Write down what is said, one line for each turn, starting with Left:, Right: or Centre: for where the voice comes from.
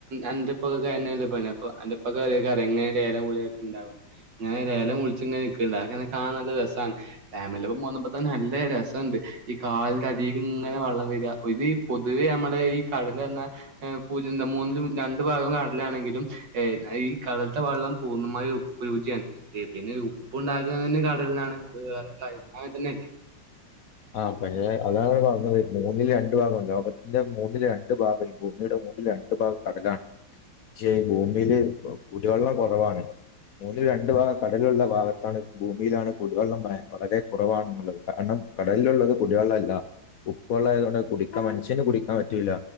Right: അന്റെ ഉപ്പാക്കൊക്കെ അതെന്നല്ലെ പണി. അപ്പൊ അന്റെ പ്പാക്ക് അറിയേക്കാരം എങ്ങനെ ലേലം വിളിയൊക്കെ ഇണ്ടാവാന്ന്. അങ്ങനെ ലേലം വിള്ച്ച്ങ്ങനെ കാണാൻ നല്ല രസാണ് ഫാമിലിന്റപ്പം പോന്നപ്പോ തന്നെ നല്ല രസംണ്ട്. ഈ കാലിന്റടീക്ക്ങ്ങനെ വള്ളം വെര ഇതീ പൊതുവേ ഞമ്മളെ ഈ കടലർഞാ. ഏ പൊര്ന്ത മൂന്നിലും രണ്ട് ഭാഗം കടലാണെങ്കിലും ഈ കടൽത്തെ വള്ളം പൂർണ്ണമായും ഉപ്പ് രുചിയാണ് പിന്നെ ഉ ഉപ്പുണ്ടാക്കുന്നതന്നെ കടൽന്നാണ് അത് വേറെ കാര്യം അങ്ങൻതന്നല്ലേ.
Left: ആ പക്ഷെ അതാണ് വ്ടെ പറഞ്ഞത് മൂന്നില് രണ്ടു ഭാഗം ലോകത്തിന്റെ മൂന്നില് രണ്ട്. രണ്ട് ഭാഗം ഈ ഭൂമിയുടെ മൂന്നില് രണ്ടു ഭാഗം കടലാണ്. ക്ഷെ ഭൂമില് കുടിവെള്ളം കൊറവാണ്. മൂന്നിൽ രണ്ടു ഭാഗം കടലുള്ള ഭാഗത്താണ് ഭൂമിയിലാണ് കുടിവെള്ളം വളരെ കുറവാണുള്ളത് കാരണം. കടലിലുള്ളത് കുടിവെള്ളല്ല ഉപ്പെള്ളായതു കൊണ്ട് കുടിക്കാൻ മനുഷ്യന് കുടിക്കാൻ പറ്റൂല്ല.